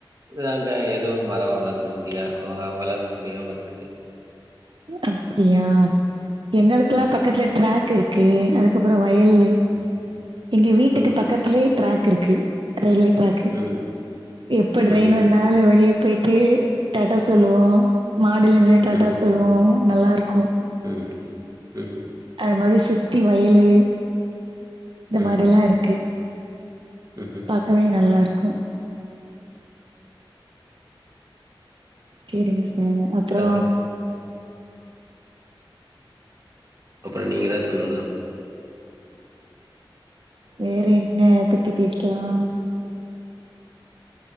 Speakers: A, on the right; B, on the right.
A: நாங்க எதுவு மரோ வளர்த்த முடியா அ வளர்க்க முடியாம இருக்குது
B: அப்படியா எங்களுக்குளா
A: ம்
B: பக்கத்துல ட்ராக் இருக் கு அதுக்கப்புறோ வயல்லு
A: ம்
B: எங்க வீட்டுக்கு
A: ம்
B: பக்கத்திலயே ட்ராக் கிருக்கு ரயில்வே ட்ராக்கு
A: ம்
B: எப்ப ட்ரெயின்
A: ம்ஹும்
B: வந்தாலு வெளிய போய்ட்டு டாட்டா சொல்லுவோ மாடில நின்னு டாட்டா
A: ம்ஹும்
B: சொ <unintelligible> நல்லாருக்கு
A: ம் ம் ம்
B: அதமாரி சுத்தி வயலு இந்த
A: ம்ஹும்
B: மாரில்லா இருக்கு
A: ம்ஹும்
B: பாக்கவே நல்லாரு <unintelligible> சேரிங்க சார் அப்றோ
A: அது அப்பற நீங்கதா சொல்லனு
B: வேறென்ன எத பத்தி பேசலாம்